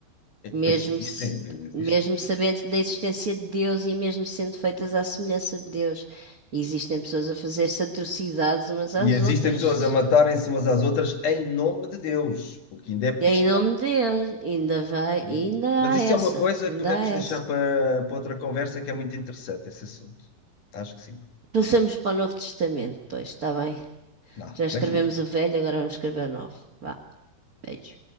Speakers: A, on the left (about 60°); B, on the right (about 70°).
A: É
B: mesmo
A: que Pois existem,
B: se-
A: pois existem.
B: mesmo sabendo da existência de Deus e mesmo sendo feitas à semelhança de Deus, existem pessoas a fazer-se atrocidades umas às
A: E existem
B: outras.
A: pessoas a matarem-se umas às outras em nome de Deus, o que ainda é pior.
B: E é em nome de Deus, ainda vai,
A: né?
B: ainda
A: Mas
B: há
A: isso
B: essa,
A: é uma coisa
B: ainda
A: que podemos
B: há
A: deixar
B: essa.
A: para, para outra conversa que é muito interessante esse assunto. Acho que sim.
B: Passamos para o Novo Testamento, pois, está bem?
A: Dá.
B: Já escrevemos
A: Beijinhos.
B: o Velho, agora vamos escrever o Novo. Vá, velho.